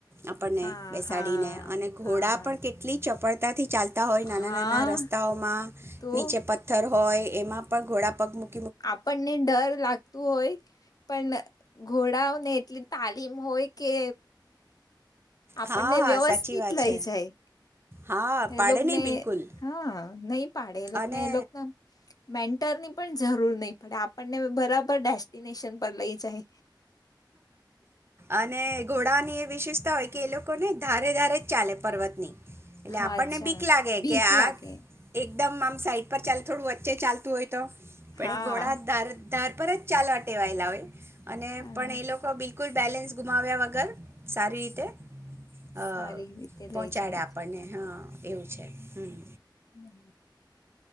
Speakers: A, on the right; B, on the left.
A: આપણને
B: હા
A: બેસાડીને
B: હા
A: અને ઘોડા
B: હા
A: પણ કેટલી ચપળ ત્યાંથી ચાલતા હોય નાના-નાના
B: હા
A: રસ્તાઓમાં
B: તો
A: નીચે પથ્થર હોય એમાં પણ ઘોડા પગ મુક
B: આપણને ડર લાગતું હોય પણ ઘોડાઓને એટલી તાલીમ હોય કે આપણને
A: હા હા
B: વ્યવસ્થિત
A: સાચી વાત
B: લઈ
A: છે
B: જાય.
A: હા
B: એ
A: પાડે
B: લોકને
A: નહીં બિલકુલ
B: હહ નહીં પાડે. એ લોકને
A: અને
B: એ લોકને મેન ટરની પણ જરૂર નઈ પડે આપણને બરાબર ડેસ્ટિનેશન પર લઈ જાય.
A: અને ઘોડા વિશેષતા હોય કે એ લોકો ને ધારે ધારે જ ચાલે પર્વતની એટલે
B: હા
A: આપણને
B: અચ્છા
A: બીક લાગે
B: બીક
A: કે આ
B: લાગે
A: એક એકદમ આમ સાઈડ પર ચાલે થોડું વચ્ચે ચાલતું હોય. તો પણ
B: હા
A: એ ઘોડા ધાર ધાર પર જ ચાલવા ટેવાયેલા હોય અને
B: હા
A: પણ એ લોકો બિલકુલ બેલેન્સ ગુમાવ્યા વગર સારી રીતે અ
B: સારી રીતે
A: પહોંચાડે
B: લઈ જાય
A: આપણને
B: છે.
A: હહ એવું છે હમ
B: હમ્મ હમ્મ.